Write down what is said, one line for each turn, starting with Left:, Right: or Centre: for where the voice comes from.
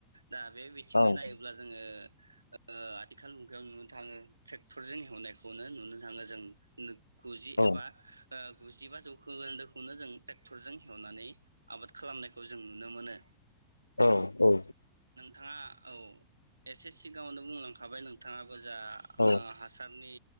Right: दा बे बिथिङै
Left: औ
Right: नायोब्ला जोङो ओ आथिखाल मुगायाव नुनो थाङो ट्रेक्टरजों हेवनायखौनो नुनो थाङो जों <inaudible> गुजि
Left: औ
Right: एबा <inaudible> गुजिबा जौखोखोन्दोखौनो जों ट्रेक्टरजों हेवनानै आबाद खालामनायखौ जों नुनो मोनो
Left: औ औ
Right: थाङा औ एसे सिगाङावनो बुंलांखाबाय नोंथाङा ओजा
Left: औ
Right: ओ हासारनि